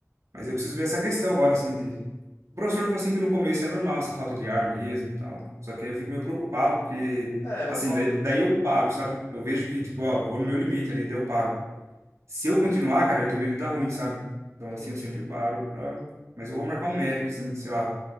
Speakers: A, on the right; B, on the left.
A: Mas eu preciso ver essa questão agora, assim, de... O professor falou assim que no começo é normal essa falta de ar mesmo e tal. Só que aí eu fico meio preocupado, porque,
B: É,
A: assim,
B: fo...
A: daí, daí eu paro, sabe? Eu vejo que, tipo, ó, vou no meu limite ali, daí eu paro. Se eu continuar, cara, eu tenho medo de dar ruim, sabe? Então,
B: entendi.
A: assim, eu sempre paro pra... Mas eu vou marcar um médico, assim, sei lá,